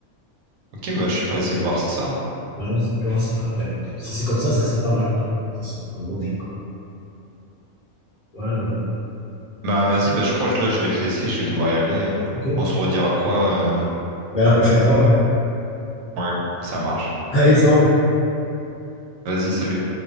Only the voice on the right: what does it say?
Ok, bah je suis pressé de voir ça. hein.
Bah vas-y, bah, je crois que là je vais te laisser, je vais devoir y aller. hein.
On se redira quoi? euh,
Ouais, ça marche.
Vas-y, salut.